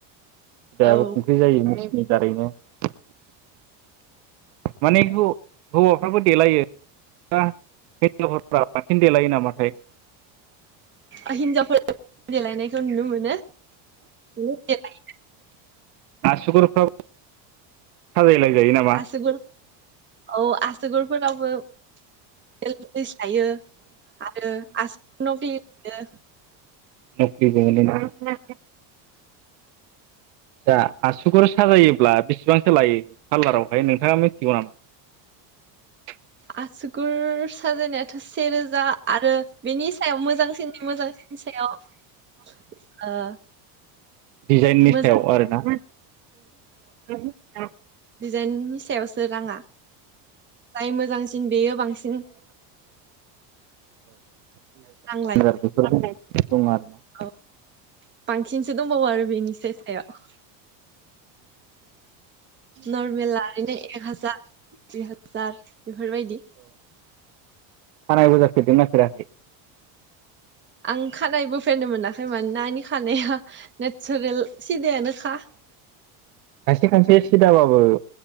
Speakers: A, on the right (about 80°); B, on the right (about 25°).
A: <unintelligible>
B: औ
A: माने हौ-हौवाफ्राबो देलायो <unintelligible> बांसिन देलायो नामाथाय?
B: ओ हिनजावफोर देलायनायखौ नुनो मोनो बिदिनो देलायो
A: आसुगुरफ्राव साजाय लायजायो नामा?
B: आसुगुर औ आसुगुरफोरावबो। निल पलिसलायो आरो आसुगुरफोरनाव <inaudible>
A: नखलि बो‌ मोनो‌ ना <inaudible> जा आसुगुर साजायोब्ला बेसेबांसो लायो पार्लारावहाय नोंथाङा मिथिगौ नामा?
B: आसुगुर साजाय नाया थ' सेे रोजा आरो बेनि सायाव मोजांसिननि मोजांसिननि सायाव। <inaudible> ओ
A: दिडिजाइननि
B: मोजां
A: सायाव आरोना ओ औ।
B: दिडिजाइननि सायावसो राङा जाय मोजांसिन बेयो बांसिन रां लायो।
A: बेफोरखौ‌ खामनाय <inaudible> दं आरो ना?
B: औ बांसिनसो दंबावो आरो बेनिसाय सायाव। नर्मेल ला यानो एक हाजार दुय हाजार। ज <inaudible> बेफोरबायदि।
A: खानाय बोजा फेरदों ना फेराखै?
B: आं खानाय बोफेरनो मोना खै मानोना आंनि खानाया नेचारेल सिदायानोखा।
A: खायसे खायसे सिदाबाबो